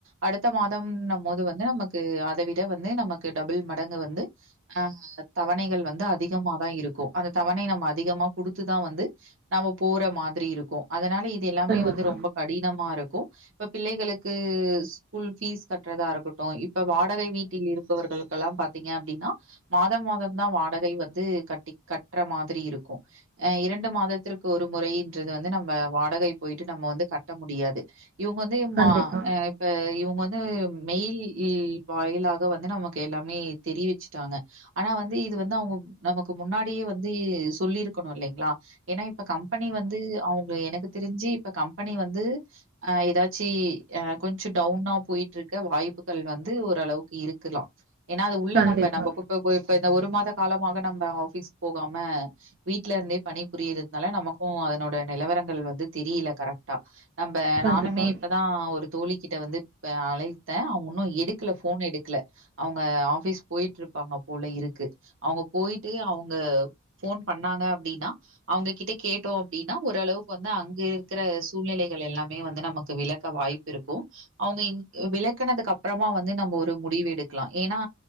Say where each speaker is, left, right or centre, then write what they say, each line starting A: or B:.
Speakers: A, on the right; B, on the right.
A: அடுத்த மாதம்ன்ன போது வந்து நமக்கு அதை விட வந்து நமக்கு டபள் மடங்கு வந்து ஹ தவணைகள் வந்து அதிகம தான இருக்கு அந்த <unintelligible> தவணை நம்ம அதிகமா குடுத்துதா வந்து நம்ம போற மாதிரி இருக்கு அதனால இப் இது எல்லாமே
B: கண்டிப்பா
A: வந்து ரொம்ப கடினமா இருக் கு இப்ப பிள்ளைகளுக்கு ஸ்கூல் பீஸ் கட்டுறதா இருக்கட்டு இப்ப வாடகை வீட்டில் இருப்பவர்களுக்கெல்லா பாத்தீங்க அப்டின்னா மாதா மாதம் தா வாடகை வந்து கட்டி கட் கட்டுற மாதிரி இருக்கு அஹ் இரண்டு மாதத்திற்கு ஒரு முறை இன்றது வந்து நம்ம வாடகை போயிட்டு நம்ம வந்து கட்ட முடியாது இவங்க வந்து
B: கண்டிப்பா
A: ம அஹ இப்ப இவங்க வந் து மெயில் ல் வாயிலாக வந்து நமக்கு எல்லாமே தெரிவிச்சுட்டாங்க ஆனா வந்து இது வந்து அவங்க நமக்கு முன்னாடியே வந் ந்து சொல்லிருக்கணு இல்லைங்களா ஏன்னா இப்ப கம்பெனி வந்து அவங்க எனக்கு தெரிஞ்சு இப்ப கம்பெனி வந்து அஹ் எதாச்சு அஹ் கொஞ்ச டவுனா போயிட்டுருக்க வாய்ப்புகள் வந்து ஓரளவுக்கு இருக்கலா ஏன்னா அது உள்ள
B: கண்டிப்பா
A: நம்ம நம்ம <unintelligible> ந்த ஒரு மாத காலமாக நம்ப ஆஃபிஸ் போகாம வீடல இருந்தே பணி புரியறதுனால நமக்கு அதனோட நிலவரங்கள் வந்து தெரியல கரெக்டா நம்ப
B: கண்டிப்பா
A: நானுமே இப்பதா ஒரு தோழி கிட்ட வந்து இப்ப அலைத்த அவங்க உன்னு எடுக்கல ஃபோன் எடுக்கல அவங்க ஆஃபீஸ் போயிட்டு இருப்பாங்க போல இருக்கு அவங்க போயிட்டு அவங் ங்க ஃபோன் பண்ணாங்க அப்டினா அவங்க கிட்ட கேட்டோ அப்டின்னா ஓரளவுக்கு வந்து அங்க இருக்கிற சூழ்நிலைகள் எல்லாமே வந்து நமக்கு விளக்க வாய்ப்பு இருக்கு அவங்க ங் விளக்கனதுக்கு அப்புறமா வந்து நம்ம ஒரு முடிவு எடுக்கலா ஏன்னா